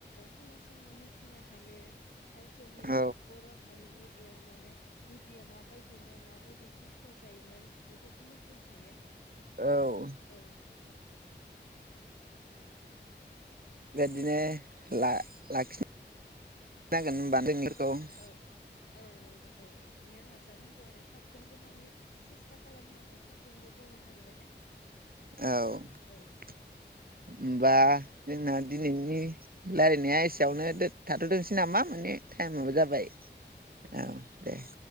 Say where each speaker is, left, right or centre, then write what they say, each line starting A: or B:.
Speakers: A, on the left; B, on the right.
A: खोनासंना मिथिनो हायो । गावसोरनि
B: औ
A: बर' हारिनि ओ माने गुदिया माबायदिमोन माबायदि संसार जायोमोन बेफोरखौ मिथिनो हायो
B: औ
A: औ
B: बेबादिनो ला-लाखिनो नांगोन
A: औ
B: <unintelligible>
A: औ औ नंगौ औ ला नो नाजा नांगौ आरो साफ जोंबो माने सेस्था खालामनांगौ साफ्रोमबो बर' हारियानो
B: औ <inaudible>
A: औ
B: होनबा
A: औ बिदिब्ला
B: जोंना दिनैनि
A: औ
B: रायलायनाया एसेयावनो दो-थाथ'थोंसै नामा माने टाइमाबो
A: औ
B: जाबाय
A: औ
B: औ दे। <inaudible>